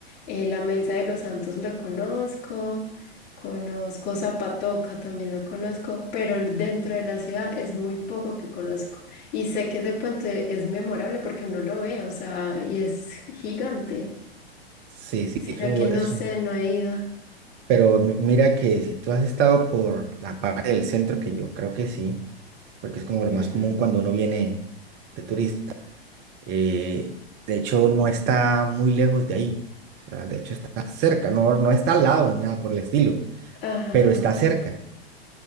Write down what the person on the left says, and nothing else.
eh, la Mesa de los Santos la conozco, conozco Zapatoca también la conozco, pero el- dentro de la ciudad es muy poco que conozco. Y sé que ese puente es memorable porque uno lo ve, o sea, y es gigante,
sino
que no
sé, no he ido.
Ujú.
Ajá.